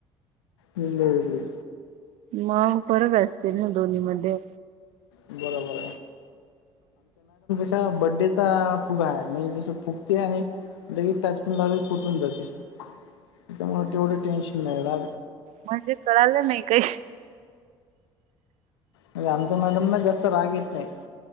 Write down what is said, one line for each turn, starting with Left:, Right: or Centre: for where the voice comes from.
Left: दिली
Right: मग फरक असतो ते ना दोन्ही मध्ये
Left: बरोबर हा बडेचा हा फुगा आहे. म्हणजे, जसं फुगते आणि लगेच टाच पीन लागली फुटून जाते त्याच्यामुळे तेवढं टेन्शन नाही रा
Right: म्हणजे कळालं नाही काही
Left: म्हणजे आमचा मॅडम ना जास्त राग येत नाही